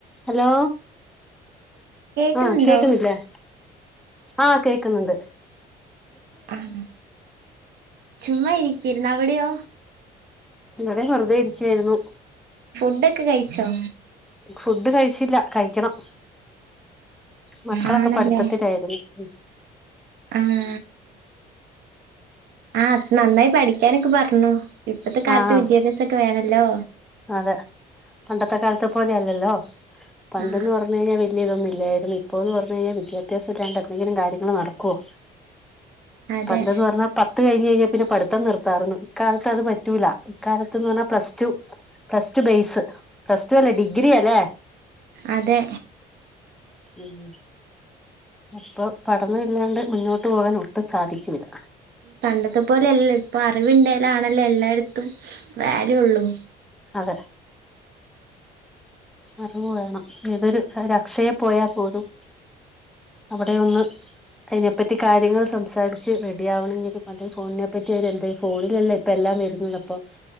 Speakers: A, in the centre; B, on the right (about 70°).
A: ഹലോ
B: കേക്കുന്നുണ്ടോ
A: ആഹ് കേക്കുന്നില്ലേ ആഹ് കേക്കുന്ന്ണ്ട്
B: ആഹ് ചുമ്മാ ഇരിക്കിരുന്ന് അവിടെയോ
A: ഇവിടെം വെറുതെ ഇരിക്കുവാരുന്നു
B: ഫുഡ്ക് ക്കെ കഴിച്ചോ
A: ഫുഡ് കഴിച്ചില്ല കഴിക്കണം മക്കളൊക്കെ
B: ആണല്ലേ
A: പഠിത്തത്തിലാരുന്നു ഉം
B: ആഹ് ആഹ് നന്നായി പഠിക്കാനൊക്കെ പറഞ്ഞൊ ഇപ്പത്തെ കാലത്ത്
A: ആഹ്
B: വിദ്യാഭ്യാസംക്കെ വേണല്ലോ
A: അതെ പണ്ടത്തെ കാലത്തെ പോലെയല്ലല്ലോ പണ്ടെന്ന്ന്ന്
B: ആ
A: പറഞ്ഞു കഴിഞ്ഞാൽ വലിയ ഇതൊന്നുമില്ലായിരുന്നു ഇപ്പ എന്ന് പറഞ്ഞു കഴിഞ്ഞാൽ വിദ്യാഭ്യാസംല്ലാണ്ട് എന്തെങ്കിലും കാര്യങ്ങൾ നടക്കുവോ
B: അതെ
A: പണ്ടെന്ന് പറഞ്ഞാ പത്ത് കഴിഞ്ഞ് കഴിഞ്ഞാൽ പിന്നെ പഠിത്തം നിർത്താരുന്നു ഇക്കാലത്ത് അത് പറ്റൂല്ല ഇക്കാലത്ത്ന്ന് പറഞ്ഞാൽ plus two plus two base plus two അല്ലേ ഡിഗ്രി അല്ലേ
B: അതെ
A: ഉം അപ്പൊ പഠന ഇല്ലാണ്ട് മുന്നോട്ട് പോകാൻ ഒട്ടും സാധിക്കൂല്ല
B: പണ്ടത്തെ പോലെല്ല ഇപ്പൊ അറിവ്ണ്ടായലാണല്ലോ എല്ലായിടത്തും വാല്യൂ ഉള്ളു
A: അതെ അറിവു വേണം ഏതൊരു അക്ഷയെ പോയാൽ പോലും അവിടെ ഒന്ന് അതിനെപ്പറ്റി കാര്യങ്ങൾ സംസാരിച്ച് റെഡി ആവണെങ്കിലും അതേ ഫോണിനെപ്പറ്റി അവര് എന്ത ഫോണിലല്ല ഇപ്പ എല്ലാം വരുന്നുണ്ട് അപ്പൊ